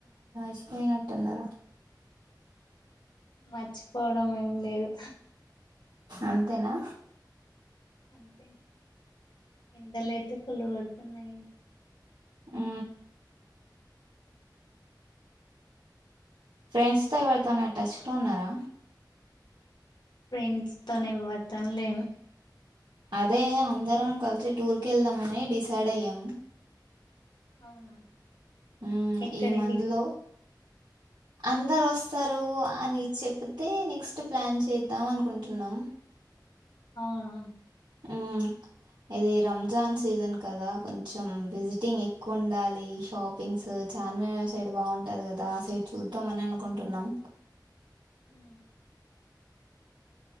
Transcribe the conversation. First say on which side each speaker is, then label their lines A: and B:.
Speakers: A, on the right; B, on the left.
A: చ్చిపోయినట్టున్నారు.
B: మర్చిపోవడం ఏం లేదు.
A: అంతేనా
B: అంతే ఎండలు అయితే ఫుల్ కోడుతున్నాయి.
A: హు ఫ్రెండ్స్ తో ఎవరితో నా టచ్ లో ఉన్నారా.
B: ఫ్రెండ్స్ తోనే ఎవరితోను లేను.
A: అదే అందరం కలిసి టూర్కి వెళ్దామని డిసైడ్ అయ్యాము.
B: అవునా
A: ఉ
B: ఎక్కడికి
A: ఈ మందిలో అందరు వస్తారు అని చెప్తే నెక్స్ట్ ప్లాన్ చేద్దాం అనుకుంటున్నాం.
B: అవును
A: ము ఇది రంజాన్ సీజన్ కదా కొంచెం విజిటింగ్ ఎక్కువ ఉండాలి. షాపింగ్స్ చార్మినార్ సైడ్ బాగుంటది కదా, ఆ సైడ్ చూద్దామ అని అనుకుంటున్నాం.
B: హ